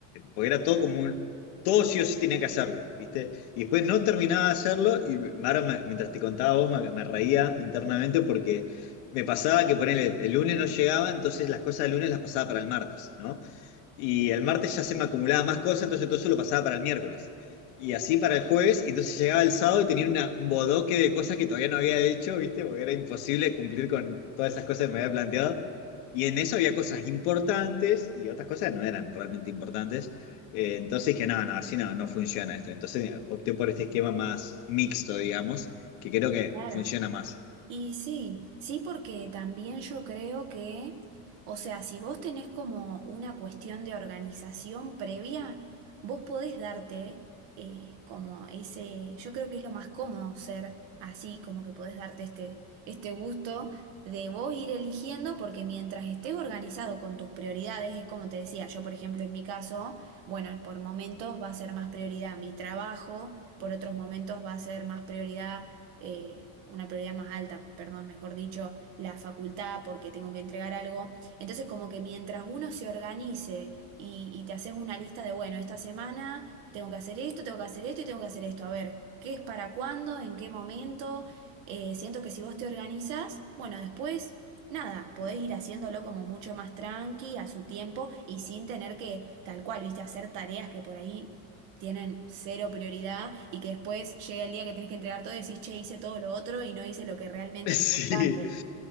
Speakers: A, on the left; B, on the right.
A: Porque era todo como un- todo sí o sí tenía que hacerlo, ¿viste? Y después no terminaba de hacerlo y me- ahora me- mientras te contaba vos me, me reía internamente porque me pasaba que ponele, el lunes no llegaba, entonces las cosas del lunes las pasaba para el martes, ¿no? Y el martes ya se me acumulaba más cosas, entonces todo eso lo pasaba para el miércoles. Y así para el jueves, y entonces llegaba el sábado y tenía una- un bodoque de cosas que todavía no había hecho, ¿viste? Porque era imposible cumplir con todas esas cosas que me había planteado. Y en eso había cosas importantes y otras cosas no eran realmente importantes. Eh, entonces dije, no, no, así no, no funciona esto. Entonces opté por este esquema más mixto, digamos, que creo que
B: Claro.
A: funciona más.
B: Y sí, sí, porque también yo creo que, o sea, si vos tenés como una cuestión de organización previa, vos podés darte eh, como ese, yo creo que es lo más cómodo ser así, como que podés darte este, este gusto de vos ir eligiendo, porque mientras estés organizado con tus prioridades, es como te decía, yo por ejemplo en mi caso, bueno, por momentos va a ser más prioridad mi trabajo, por otros momentos va a ser más prioridad eh, una prioridad más alta, perdón, mejor dicho, la facultad porque tengo que entregar algo. Entonces, como que mientras uno se organice y, y te haces una lista de, bueno, esta semana tengo que hacer esto, tengo que hacer esto y tengo que hacer esto, a ver, ¿qué es para cuándo? ¿En qué momento? Eh, siento que si vos te organizás, bueno, después... Nada, podés ir haciéndolo como mucho más tranqui, a su tiempo y sin tener que, tal cual, viste, hacer tareas que por ahí tienen cero prioridad y que después llega el día que tienes que entregar todo y decís, che, hice todo lo otro y no hice lo que realmente
A: <laughs> Sí,
B: era importante.